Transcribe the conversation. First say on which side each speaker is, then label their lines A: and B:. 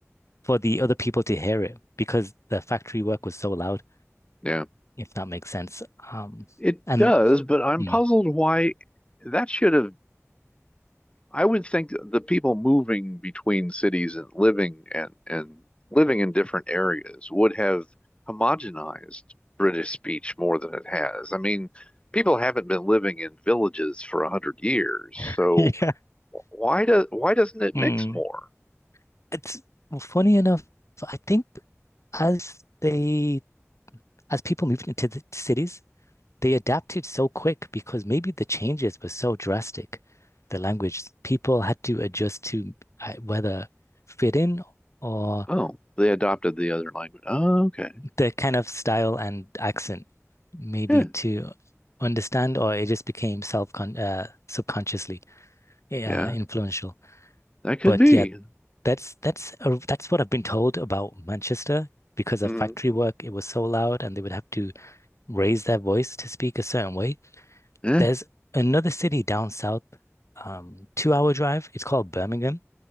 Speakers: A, on the left; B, on the left.
A: for the other people to hear it because the factory work was so loud,
B: Yeah.
A: if that makes sense. Um,
B: It
A: and
B: does, but I'm
A: mm.
B: puzzled why that should have I would think that the people moving between cities and living and and living in different areas would have homogenized British speech more than it has. I mean, people haven't been living in villages for a hundred years,
A: <laughs>
B: so
A: yeah,
B: why does why doesn't it mix
A: Mm.
B: more?
A: It's funny enough. I think as they as people moved into the cities, they adapted so quick because maybe the changes were so drastic. The language people had to adjust to uh, whether fit in or
B: Oh, they adopted the other language. Oh, okay.
A: the kind of style and accent maybe
B: Yeah,
A: to understand, or it just became self-con uh, subconsciously uh,
B: yeah,
A: influential.
B: that could
A: But
B: be.
A: yeah, that's that's a, that's what I've been told about Manchester because of
B: Mm,
A: factory work. It was so loud, and they would have to raise their voice to speak a certain way.
B: yeah,
A: There's another city down south, um, two-hour drive. It's called Birmingham,